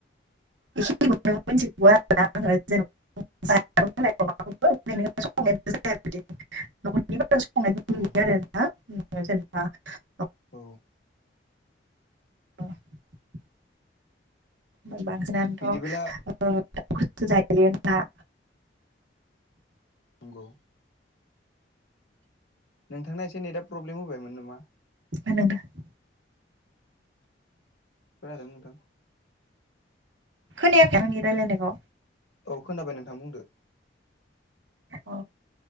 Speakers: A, on the right (about 80°); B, on the left (about 80°).
A: <inaudible> <inaudible> संनायखौ नुयो आरोना
B: औ
A: जेनेबा
B: औ
A: <unintelligible> बांसिनानोथ'
B: बिदिबोला औ
A: उम खस्थ जाहैयोना।
B: नंगौ नोंथांना एसे नेटआ प्रब्लेम होबायमोन नामा
A: ओ नोंथां।
B: खोनादों नोंथां।
A: खोनायाखै आंनि रायलायनायखौ
B: औ खोनाबाय नोंथां बुंदो।
A: अ